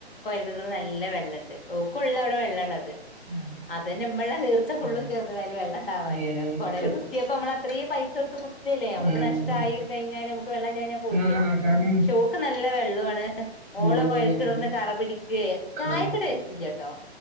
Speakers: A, on the left; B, on the right.
A: കോയൽക്കണറ് നല്ല വെള്ളണ്ട് ഓക്കുള്ള അവിടെ വെള്ളള്ളത്
B: ആഹ്
A: അതന്നെ നമ്മളെ നീർച്ച ഫുള്ളും
B: ആഹ്
A: ചെയ്തയില് വെള്ളണ്ടാവാനാ
B: ഏഹ്
A: കൊഴല്കുത്തിയപ്പോ
B: ശരി
A: നമ്മള അത്രേയും പൈസടുത്ത് കുത്ത ല്ലേ നമുക്ക്
B: ഉം
A: നഷ്ടായി കയഞ്ഞാല് നമുക്ക് വെള്ള ല്ലാഞ്ഞാപോയില്ലേ
B: ആഹ് അതാണ്
A: ഷോക്ക് നല്ല വെള്ളവുണ് ഓള
B: ഉം
A: കൊയൽക്കിണർന്ന് കറ പിടിക്ക ചായക്ക്
B: ഉം
A: ടെസ്റ്റില്ലാട്ടോ